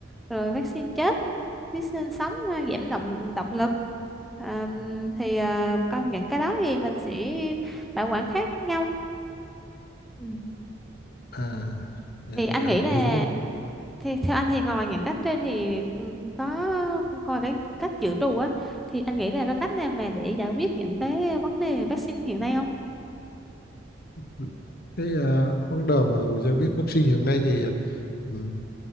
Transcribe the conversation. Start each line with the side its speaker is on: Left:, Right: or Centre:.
Centre: rồi vaccine chết vaccine sống à, giảm động độc lực à, thì à, có những cái đó thì mình sẽ bảo quản khác nhau ừ.
Left: à vậy
Centre: thì
Left: là
Centre: anh
Left: giờ
Centre: nghĩ
Left: anh
Centre: là
Left: hiểu rồi
Centre: Thì theo anh thì ngoài những cách trên thì ừ, có coi cái cách dự trù á thì anh nghĩ là có cách nào mà để giải quyết những cái vấn đề vaccine hiện nay không?
Left: Ừ. cái ờ, vấn đề mà giải quyết vaccine hiện nay thì ừ,